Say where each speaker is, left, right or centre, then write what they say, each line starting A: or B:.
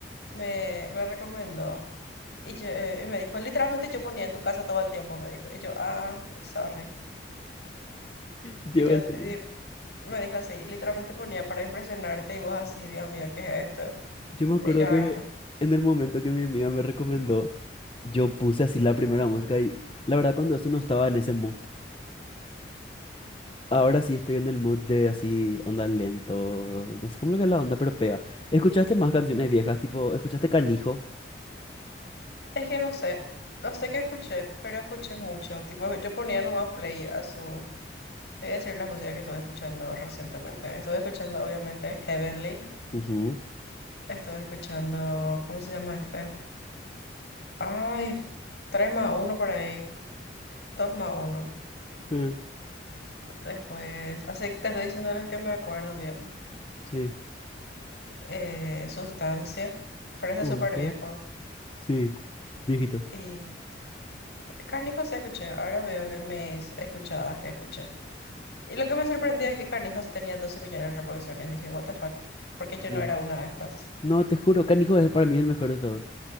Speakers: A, on the left; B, on the left.
A: me, me recomendó. Y, yo, eh, y me dijo, literalmente yo ponía en tu casa todo el tiempo, me dijo. Y yo, ah, sorry.
B: Yo,
A: Y yo
B: en serio,
A: y me dijo así, literalmente ponía para impresionarte y vos así, Dios mío, ¿qué es esto?
B: yo me acuerdo
A: Y yo
B: que
A: ahora,
B: en el momento que mi amiga me recomendó. Yo puse así la primera música y la verdad cuando eso no estaba en ese mood. Ahora sí estoy en el mood de así onda lento, no sé cómo lo que es la onda, pero pega. ¿Escuchaste más canciones viejas? Tipo, ¿escuchaste Canijo?
A: es que no sé, no sé qué escuché, pero escuché mucho. Tipo, yo ponía nomás play a sus Te voy a decir las músicas que estuve escuchando recientemente. Estuve escuchando, obviamente, Heavenly.
B: Ujú.
A: Estuve escuchando, ¿cómo se llama este? Ay, 3 más uno por ahí, 2 más uno
B: Eh,
A: Después, así que te estoy diciendo los que me acuerdo bien.
B: sí.
A: Eh, Sustancia, parece
B: Punto.
A: súper viejo.
B: Sí, viejito.
A: Y Canijo sí escuché, ahora veo que mis escuchadas que escuché. Y lo que me sorprendió es que Canijo sí tenía 12 millones de reproducciones. Dije, what the fuck, ¿por qué yo
B: Sí.
A: no era una de estas?
B: No, te juro, Canijo es para mí el mejor de todo.